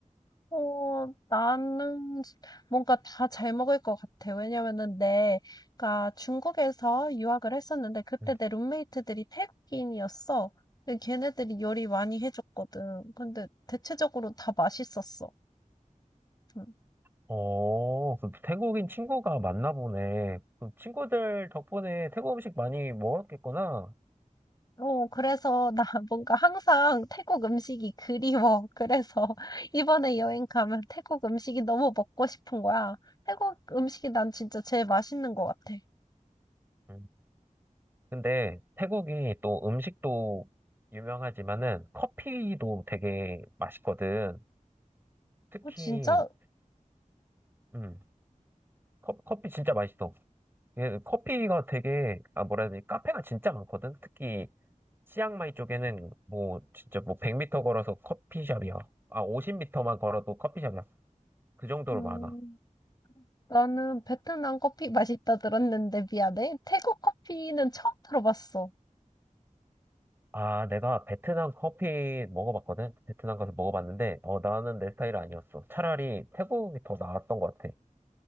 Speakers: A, on the left; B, on the right.
A: 어, 나는 뭔가 다 잘 먹을 것 같아. 왜냐면은 내가 중국에서 유학을 했었는데 그때
B: 음.
A: 내 룸메이트들이 태국인이었어. 근데 걔네들이 요리 많이 해줬거든. 근데 대체적으로 다 맛있었어. 음.
B: 어, 그 태국인 친구가 많나 보네. 그 친구들 덕분에 태국 음식 많이 먹었겠구나.
A: 어, 그래서 나 <laughs> 뭔가 항상 태국 음식이 그리워. 그래서 <laughs> 이번에 여행 가면 태국 음식이 너무 먹고 싶은 거야. 태국 음식이 난 진짜 제일 맛있는 것 같아.
B: 음. 근데 태국이 또 음식도 유명하지만은 커피도 되게 맛있거든. 특히,
A: 어, 진짜?
B: 음, 커, 커피 진짜 맛있어. 예, 커피가 되게, 아, 뭐라 해야 되지? 카페가 진짜 많거든. 특히, 치앙마이 쪽에는 뭐, 진짜 뭐 100m 걸어서 커피숍이야. 아, 50m만 걸어도 커피숍이야. 그 정도로
A: 음.
B: 많아.
A: 나는 베트남 커피 맛있다 들었는데 미안해. 태국 커피는 처음 들어봤어.
B: 아, 내가 베트남 커피 먹어봤거든? 베트남 가서 먹어봤는데, 어, 나는 내 스타일 아니었어. 차라리 태국이 더 나았던 것 같아.